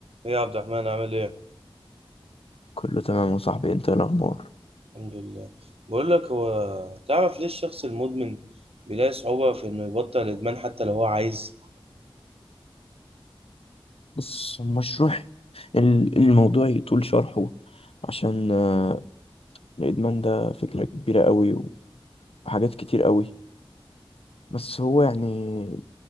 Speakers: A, on the right (about 85°); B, on the left (about 80°).
A: ايه يا عبد الرحمن عامل ايه؟
B: كله تمام يا صاحبي انت ايه الاخبار
A: الحمد لله بقول لك هو تعرف ليه الشخص المدمن بيلاقي صعوبة في انه يبطل الادمان حتى لو هو عايز؟
B: بص المشروع ال- الموضوع يطول شرحه عشان آه، الادمان ده فكرة كبيرة قوي وحاجات كتير قوي بس هو يعني